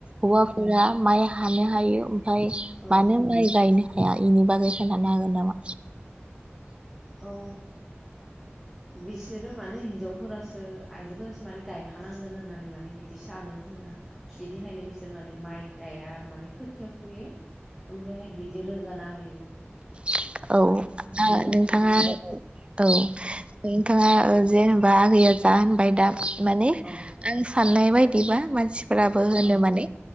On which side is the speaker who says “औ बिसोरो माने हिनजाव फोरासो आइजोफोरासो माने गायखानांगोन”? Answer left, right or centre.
Centre